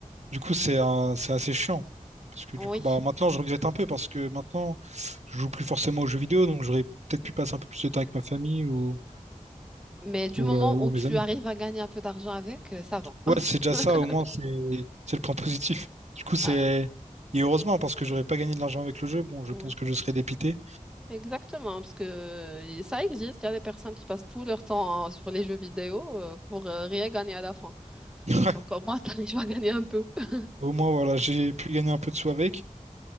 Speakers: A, on the right; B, in the centre.
A: du coup, c'est un- c'est assez chiant. Parce que
B: oui.
A: du coup, bah maintenant, je regrette un peu parce que maintenant, je joue plus forcément aux jeux vidéo, donc j'aurais peut-être pu passer un peu plus de temps avec ma famille ou,
B: Mais du
A: ou,
B: moment
A: euh, ou
B: où
A: mes
B: tu
A: amis.
B: arrives à gagner un peu d'argent avec, euh, ça va.
A: Ouais, c'est déjà
B: <laughs>
A: ça, au moins, c'est c'est le point positif. Du coup, c'est.
B: Ah,
A: Et heureusement, parce que j'aurais pas gagné de l'argent avec le jeu, bon, je
B: oui.
A: pense que je serais dépité.
B: Exactement, parce que euh, ça existe, il y a des personnes qui passent tout leur temps euh, sur les jeux vidéo euh, pour euh, rien gagner à la fin.
A: Ouais.
B: Donc au moins, <laughs> t'arrives à gagner un peu. <laughs>
A: Au moins, voilà, j'ai pu gagner un peu de sous avec.